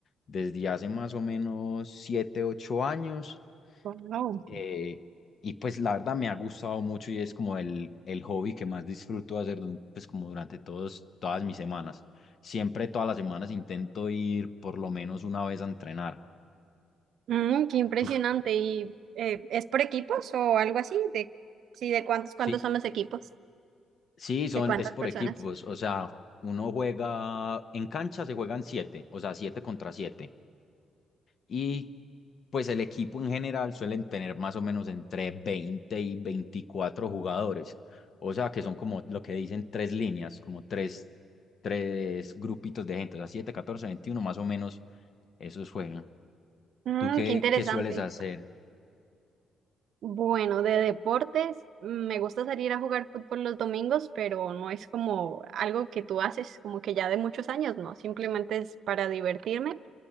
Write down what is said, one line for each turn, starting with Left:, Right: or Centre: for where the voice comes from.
Left: desde hace más o menos siete, ocho años
Right: Wow.
Left: eh, y pues la verdad me ha gustado mucho y es como el, el hobby que más disfruto hacer du- pues como durante todos, todas mis semanas. Siempre todas las semanas intento ir por lo menos una vez a entrenar.
Right: Mm, qué impresionante.
Left: Tú-
Right: ¿Y eh, es por equipos o algo así? De, sí, ¿de cuántos,
Left: Sí,
Right: cuántos son los equipos?
Left: sí, son,
Right: ¿De cuántas
Left: es por
Right: personas?
Left: equipos, o sea, uno juega, en cancha se juegan siete, o sea, siete contra siete. Y pues el equipo en general suelen tener más o menos entre 20 y 24 jugadores. O sea, que son como lo que dicen tres líneas, como tres, tres grupitos de gente. O sea, 7, 14, 21, más o menos esos juegan.
Right: Mm,
Left: ¿Tú qué,
Right: qué interesante.
Left: qué sueles hacer?
Right: Bueno, de deportes, mm, me gusta salir a jugar fútbol los domingos, pero no es como algo que tú haces, como que ya de muchos años, no, simplemente es para divertirme